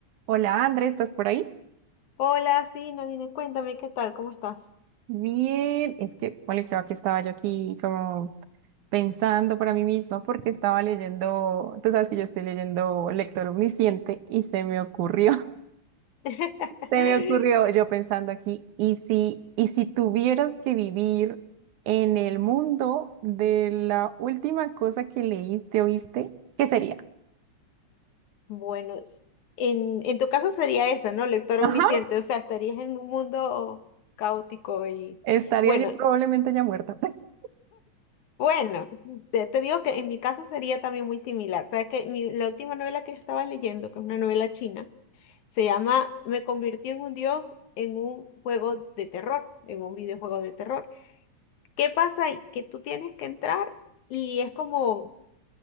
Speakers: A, on the right; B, on the left.
A: Hola, André, ¿estás por ahí?
B: Hola, sí, Nadine, cuéntame qué tal, ¿cómo estás?
A: Bien, es que, bueno, creo que estaba yo aquí como pensando para mí misma porque estaba leyendo, tú sabes que yo estoy leyendo Lector Omnisciente y se me ocurrió,
B: <laughs>
A: <laughs> se me ocurrió yo pensando aquí, ¿y si, y si tuvieras que vivir en el mundo de la última cosa que leíste o viste, ¿qué sería?
B: Bueno, s- en, en tu caso sería esa, ¿no? Lectora
A: Ajá.
B: omnisciente, o sea, estarías en un mundo caótico y
A: Estaría
B: bueno,
A: yo probablemente ya muerta, pues.
B: bueno, te, te digo que en mi caso sería también muy similar. Sabes que mi- la última novela que estaba leyendo, que es una novela china, se llama Me convertí en un dios en un juego de terror, en un videojuego de terror. ¿Qué pasa ahí? Que tú tienes que entrar y es como